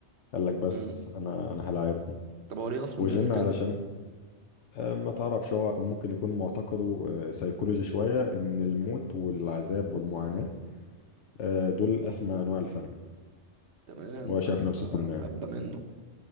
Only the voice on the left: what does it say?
قال لك بس
انا انا هلاعبهم
وجن
علشان آه، ما تعرفش هو ممكن يكون معتقده آه، سيكولوجي شوية ان الموت والعذاب والمعاناة آه، دول اسمى انواع الفن
وهو شايف
نفسه فنان